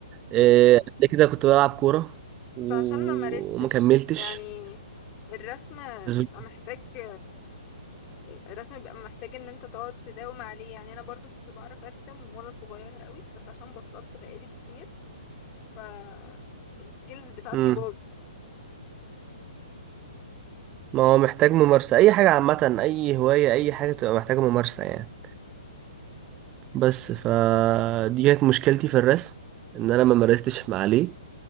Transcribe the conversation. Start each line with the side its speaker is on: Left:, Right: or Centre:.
Right: إيه، قبل كده كنت بلعب كورة
Left: بس
Right: و-
Left: عشان ما مارستش
Right: وما كملتش
Left: يعني الرسم
Right: ز-
Left: بيبقى محتاج الرسم بيبقى محتاج ان انت تقعد تداوم عليه يعني انا برضو كنت بعرف ارسم وانا صغيرة قوي بس عشان بطلت بقالي كتير ف السكيلز بتاعتي
Right: مم.
Left: باظت
Right: ما هو محتاج ممارسة أي حاجة عامة أي هواية أي حاجة بتبقى محتاجة ممارسة يعني بس فدي كانت مشكلتي في الرسم إن أنا ما مارستش مع عليه